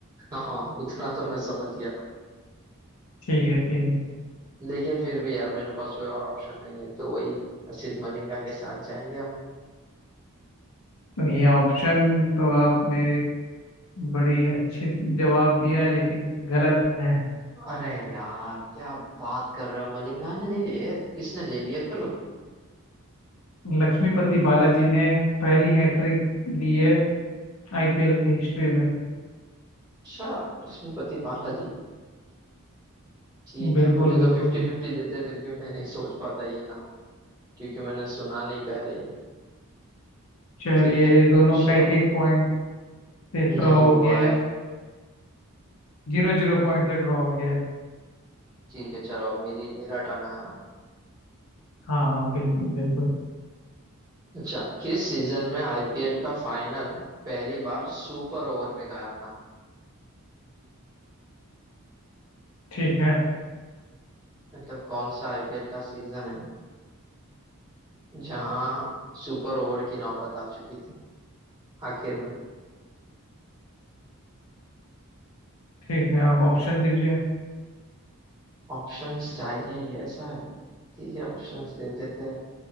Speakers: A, on the right (about 20°); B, on the left (about 80°).
A: <laughs> हाँ उतना तो मैं समझ गया
B: ठीक है ठीक
A: लेकिन फिर भी यार मेरे पास कोई और ऑप्शन नहीं है तो वही असित मलिंगा के साथ जाएंगे हम
B: तो ये ऑप्शन तो आपने बड़ी अच्छी जवाब दिया है लेकिन गलत है
A: अरे यार क्या बात कर रहे हो मलिंगा ने नहीं लिए तो किसने ले लिए फिर
B: लक्ष्मीपति बालाजी ने पहली हैट्रिक ली है आईपीएल की हिस्ट्री में
A: अच्छा लक्ष्मीपति बालाजी ठीक
B: बिल्कुल
A: है मुझे
B: बिल्कुल
A: तो फिफ्टी फिफ्टी देते फिर भी मैं नहीं सोच पाता ये नाम क्योंकि मैंने सुना नहीं पहले ये
B: चलिए
A: ठीक है
B: दोनों
A: चलो
B: का एक एक पॉइंट से ड्रॉ
A: नहीं
B: हो
A: हुआ
B: गया है
A: है
B: जीरो जीरो पॉइंट से ड्रॉ हो गया है
A: ठीक है चलो अब मेरी मेरा टर्न आया ना
B: हाँ हाँ बिल्कुल बिल्कुल
A: अच्छा किस सीजन में आईपीएल का फाइनल पहली बार सुपर ओवर में गया था
B: ठीक है
A: मतलब कौन सा आईपीएल का सीजन है जहां सुपर ओवर की नौबत आ चुकी थी आखिर में
B: ठीक है आप ऑप्शन दीजिए
A: ऑप्शंस चाहिए ही ऐसा है ठीक है ऑप्शंस दे देते हैं